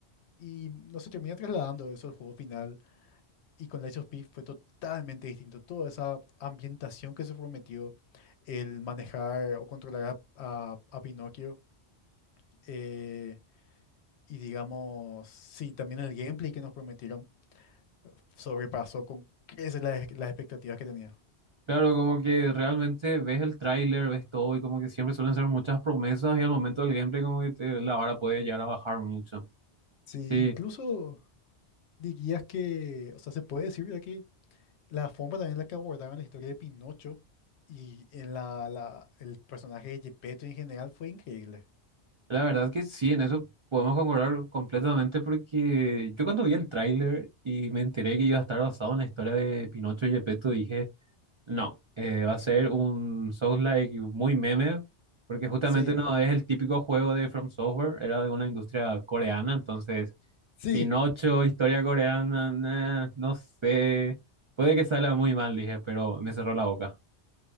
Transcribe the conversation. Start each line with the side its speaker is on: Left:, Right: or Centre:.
Left: y no se termina trasladando eso al juego final. Y con Lies of P fue totalmente distinto. Toda esa ambientación que se prometió, el manejar o controlar a, a- a Pinocchio, eh, y digamos, sí, también el gameplay que nos prometieron sobrepasó con creces las, las expectativas que tenía.
Right: Claro, como que realmente ves el tráiler, ves todo y como que siempre suelen ser muchas promesas y al momento del gameplay como que te- la vara puede llegar a bajar mucho.
Left: Sí,
Right: Sí,
Left: incluso dirías que, o sea, se puede decir ya La forma también en la que abordaron la historia de Pinocho y en la, la- el personaje de Gepetto en general fue increíble.
Right: La verdad que sí, en eso podemos concordar completamente porque yo cuando vi el tráiler y me enteré que iba a estar basado en la historia de Pinocho y Gepetto, dije, no, eh, va a ser un Souls-like muy meme, porque justamente
Left: Sí,
Right: no es el típico juego de From Software, era de una industria coreana, entonces
Left: sí,
Right: Pinocho, historia coreana, nah, no sé, puede que salga muy mal, dije, pero me cerró la boca.